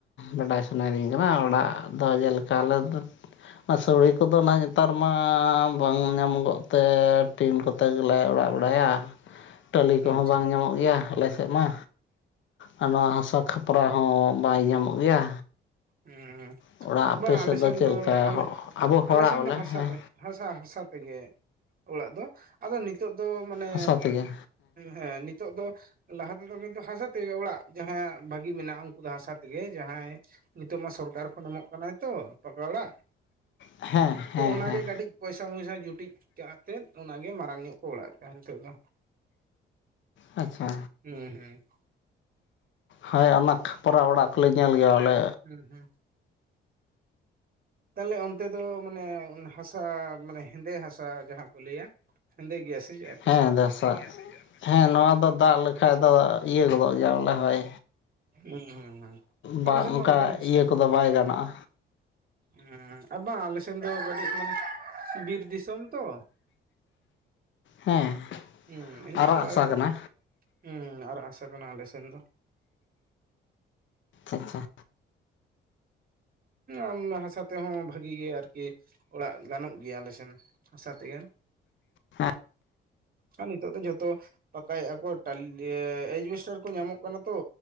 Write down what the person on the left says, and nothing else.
ᱵᱟᱰᱟᱭ ᱥᱟᱱᱟᱭᱮᱫᱤᱧ ᱠᱟᱱᱟ ᱚᱲᱟᱜ ᱫᱚ ᱡᱮᱞᱮᱠᱟ ᱟᱞᱮ ᱚᱱᱟ ᱥᱳᱲᱮ ᱠᱚᱫᱚ ᱱᱟᱦᱟᱸᱜ ᱱᱮᱛᱟᱨ ᱢᱟ ᱵᱟᱝ ᱧᱟᱢᱚᱜᱚᱜ ᱛᱮ ᱴᱤᱱ ᱠᱚᱛᱮ ᱜᱮᱞᱮ ᱚᱲᱟᱜ ᱵᱟᱲᱟᱭᱟ, ᱴᱟᱹᱞᱤ
ᱠᱚᱦᱚᱸ
ᱵᱟᱝ ᱧᱟᱢᱚᱜ ᱜᱮᱭᱟ, ᱟᱞᱮ ᱮᱜ ᱢᱟ ᱟᱨ ᱱᱚᱣᱟ ᱦᱟᱥᱟ ᱠᱷᱟᱯᱨᱟ ᱦᱚᱸ ᱵᱟᱭ ᱧᱟᱢᱚᱜ ᱜᱮᱭᱟ᱾
ᱚᱲᱟᱜ ᱟᱯᱮ
ᱥᱮᱫ
ᱪᱮᱫ
ᱞᱮᱠᱟ
ᱟᱵᱚ ᱦᱚᱲᱟᱜ
ᱵᱚᱞᱮ
ᱦᱮᱸ
ᱦᱟᱥᱟ ᱛᱮᱜᱮ
ᱦᱮᱸ ᱦᱮᱸ
ᱦᱮᱸ
ᱟᱪᱪᱷᱟ᱾
ᱦᱳᱭ ᱚᱱᱟ ᱠᱷᱟᱯᱚᱨᱟ ᱚᱲᱟᱜ ᱠᱚᱞᱮ ᱧᱮᱞ ᱜᱮᱭᱟᱞᱮ᱾
ᱦᱮᱸ ᱫᱮ ᱥᱟᱜ ᱦᱮᱸ ᱱᱚᱣᱟ ᱫᱚ ᱫᱟᱜ ᱞᱮᱠᱷᱟᱡ ᱫᱚ ᱤᱭᱟᱹ ᱜᱚᱫᱚᱜ ᱜᱮᱭᱟ ᱵᱚᱞᱮ ᱦᱳᱭ᱾
ᱵᱟᱝ
ᱚᱝᱠᱟ
ᱤᱭᱟᱹ ᱠᱚᱫᱚ ᱵᱟᱭ ᱜᱟᱱᱚᱜᱼᱟ᱾
ᱦᱮᱸ
ᱟᱨᱟᱜ
ᱦᱟᱥᱟ
ᱠᱟᱱᱟ
ᱪᱷᱟ ᱪᱷᱟ᱾
ᱦᱮᱸᱜ?